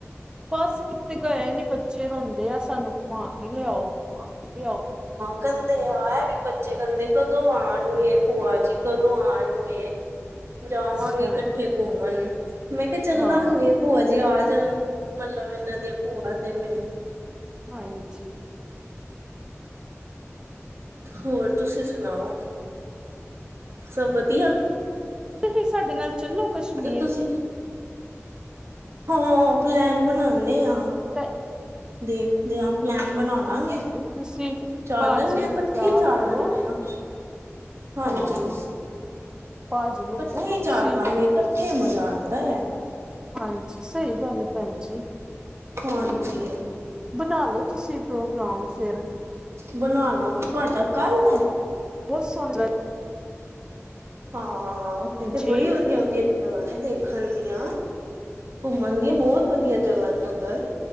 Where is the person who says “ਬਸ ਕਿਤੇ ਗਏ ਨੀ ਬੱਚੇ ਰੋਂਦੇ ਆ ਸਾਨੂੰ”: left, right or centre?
Right